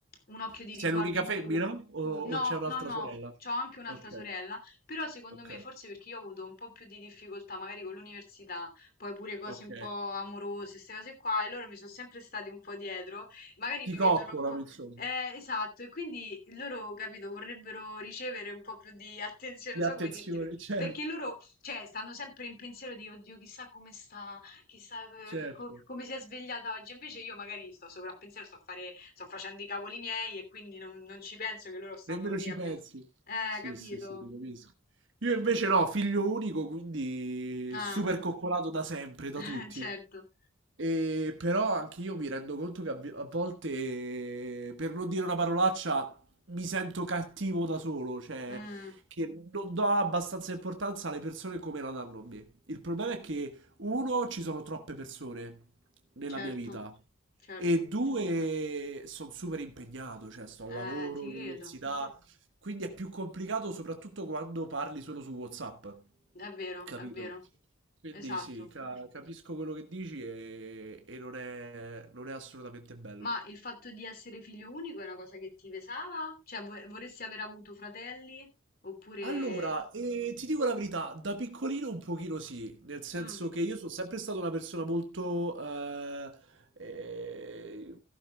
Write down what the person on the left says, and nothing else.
un occhio di
riguardo
in
più.
No,
no, no,
c'ho anche un'altra
sorella però secondo
me, forse perché io ho avuto un po' più di difficoltà magari con l'università, poi pure cose
un po' amorose, queste cose qua, e loro mi sono sempre stati un po' dietro, magari
mi
vedono un po'...
Eh, esatto, e quindi loro, capito, vorrebbero ricevere un po' più di attenzione,
non
so come dirti,
perché loro, cioè, stanno sempre in pensiero di, oddio, chissà come sta, chissà
eh, co- come si è svegliata oggi, invece io magari sto sopra a pensiero, sto a fare, sto facendo i cavoli miei e quindi non, non ci penso che loro stanno
lì
a
pensare. Eh,
capito.
Ah,
<laughs>
certo.
Mm,
certo,
certo.
Eh,
ti
credo.
È vero,
è vero.
Esatto.
Ma il fatto di essere figlio unico è una cosa che ti pesava? Cioè, vo- vorresti aver avuto fratelli? Oppure...
Mm,